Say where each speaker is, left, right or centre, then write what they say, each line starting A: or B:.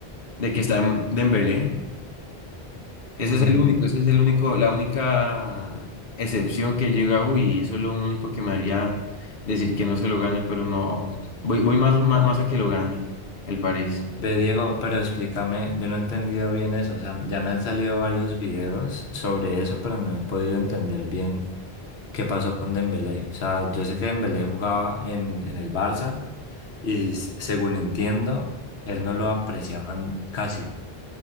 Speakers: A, on the left; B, on the left.
A: de que está en Dembélé. Ese
B: Ujú.
A: es el único, ese es el único, la única excepción que llega, uy, eso es lo único que me haría decir que no se lo gane, pero no, voy, voy más, más, más a que lo gane el París.
B: Ve, Diego, pero explícame, yo no he entendido bien eso, o sea, ya me han salido varios videos sobre eso, pero no he podido entender bien ¿Qué pasó con Dembélé? O sea, yo sé que Dembélé jugaba en, en el Barça y s- según entiendo, él no lo apreciaban casi.